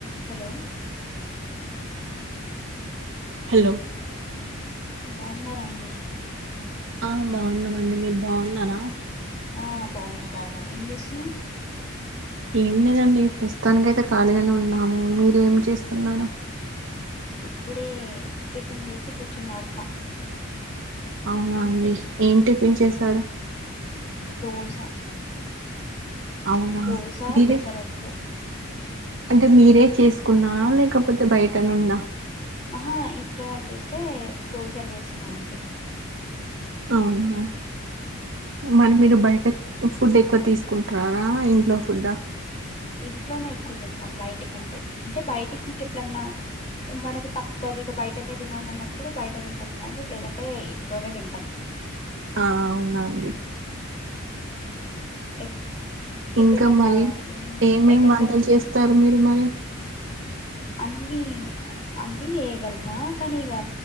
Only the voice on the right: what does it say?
hello
ఆ బాగున్నాం అండి మీరు బావున్నారా
ఏం లేదండి ప్రస్తుతానికైతే ఖాళీగానే ఉన్నాము మీరు ఏమి చేస్తున్నారు
అవునా అండి ఏం టిఫిన్ చేసారు
అవునా
మీరే
అంటే మీరే చేసుకున్నారా లేకపోతే బయటనుండా
అవునా మరి మీరు బయట ఫుడ్ ఎక్కువ తీసుకుంటున్నారా ఇంట్లో ఫుడ్డా
ఆ అవునండి
ఇంకా మరి ఏమేం
వంటలు చేస్తారు మీరు మరి